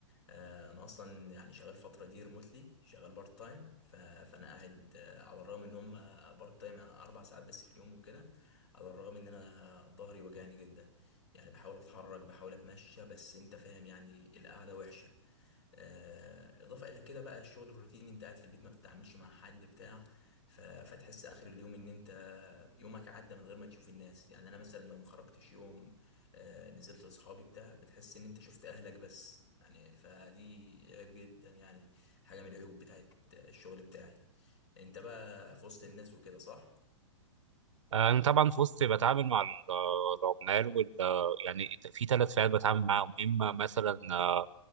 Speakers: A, on the left; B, on the right.
A: آه انا اصلا يعني شغال فترة دي ريموتلي شغال بارت تايم ف... فانا قاعد آه، على الرغم ان هم بارت تايم يعني اربع ساعات بس في اليوم وكده على الرغم ان انا ظهري وجعني جدا يعني بحاول اتحرك بحاول اتمشى بس انت فاهم يعني القعدة وحشة آه، اضافه الى كده بقى الشغل الروتيني انت قاعد في البيت ما بتتعاملش مع حد بتاع ف- فتحس اخر اليوم ان انت يومك عدى من غير ما تشوف الناس يعني انا مثلا لو ما خرجتش يوم آه، نزلت لاصحابي بتاع بتحس ان انت شفت اهلك بس يعني فدي عيب جدا يعني حاجه من العيوب بتاعت الشغل بتاعي انت بقى في وسط الناس وكده صح
B: آه، انا طبعا في وسط بتعامل مع ال- العمال وال يعني في ثلاث فئات بتعامل معاهم اما مثلا آه،